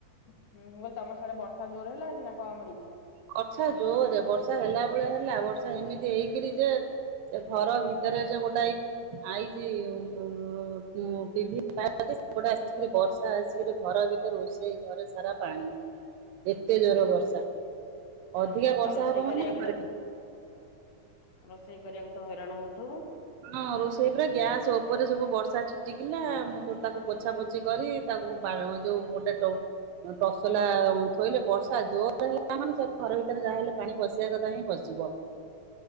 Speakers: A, on the left; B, on the right.
A: ହୁଁ, ମୁଁ କହିଲି ତମ ସେଆଡେ ବର୍ଷା ଜୋର୍ ହେଲା ଆଜି ନା କମ୍ ହେଇଛି?
B: ବର୍ଷା ଜୋରରେ ବର୍ଷା ହେଲା ଭଳିଆ ହେଲା ବର୍ଷା ଏମିତି ହେଇକିରି ଯେ ସେ ଘର ଭିତରେ ଯେ ଗୋଟାଇ ଆଇଛି-ଇ-ଇ ଟିଭି ତାର ଯେ ସେପଟେ ଆସିକିରି ବର୍ଷା ଆସିକିରି ଘର ବି ରୋଷେଇ ଘରେ ସାରା ପାଣି ଏତେ ଜୋରରେ ବର୍ଷା। ଅଧିକା ବର୍ଷା
A: ଆଉ ରୋଷେଇ
B: ହବ
A: କରିବାକୁ
B: ମାନେ ଘରେ।
A: ତ ରୋଷେଇ କରିବାକୁ ତ ହଇରାଣ ହଉଥୁବୁ?
B: ହଁ ରୋଷେଇ ପୁରା, ଗ୍ୟାସ୍ ଉପରେ ସବୁ ବର୍ଷା ଛିଟିକିନା ମୁଁ ଫୁଣି ତାକୁ ପୋଛାପୋଛି କରି ତାକୁ ବାର ଯୋଉ ଗୋଟେ <inaudible> ହୁଁ ତସଲା ଥୋଇଲେ ବର୍ଷା ଜୋର୍ ହେଲା ମାନେ ସବୁ ଘର ଭିତରେ ଯାହାହେଲେ ପାଣି ପଶିବା କଥା ହିଁ ପଶିବ।